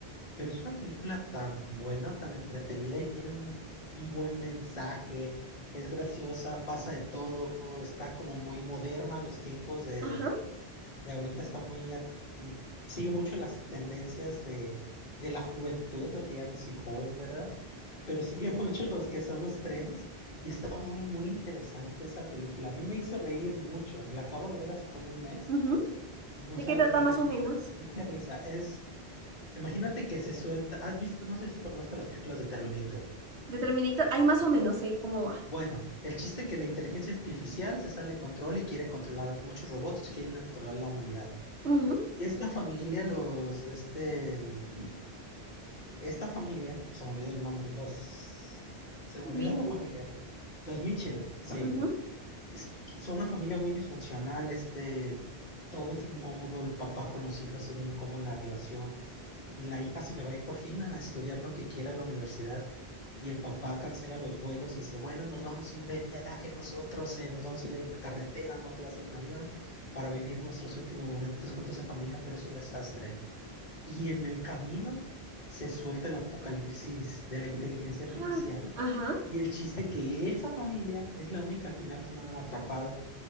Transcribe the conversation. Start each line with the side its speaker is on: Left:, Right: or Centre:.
Left: Pero es una película tan buena, tan entretenida y tiene un, un buen mensaje, es graciosa, pasa de todo, está como muy moderna, los tiempos de,
Right: ajá,
Left: de ahorita está muy, a- sigue mucho las tendencias de, de la juventud, porque ya no soy joven, ¿verdad? Pero sigue <laughs> mucho los que son los trends y está muy, muy interesante esa película. A mí me hizo reír mucho, y la acabo de ver hace como un mes
Right: ujú.
Left: y no
Right: ¿De
Left: sabes,
Right: qué trata
Left: me
Right: más
Left: tenía,
Right: o menos?
Left: me hice risa. Es Imagínate que se suelta, has visto, no sé si conozco las películas de Terminator.
Right: De Terminator, ahí más o menos sé cómo va.
Left: Bueno, el chiste es que la inteligencia artificial se sale de control y quiere controlar muchos robots, quieren controlar la humanidad.
Right: Ujú,
Left: Y esta familia, los, este, mm, esta familia, se me olvidó el nombre, los, se me
Right: Mickey,
Left: olvidó la familia, los Mitchell, sí,
Right: ujú.
Left: Es- son una familia muy disfuncional, este, todo es incómodo, el papá con los hijos es muy incómoda la relación, y la hija se va a ir por fin a estudiar lo que quiera a la universidad. Y el papá cancela los vuelos y dice, bueno, nos vamos a ir de viaje nosotros, eh, nos vamos a ir en carretera, no te vas a ir en avión, para vivir nuestros últimos momentos juntos en familia, pero es un desastre. Y en el camino se suelta el apocalipsis de la inteligencia artificial
Right: Ah, ajá,
Left: y el chiste que esa familia es la única al final que no han atrapado.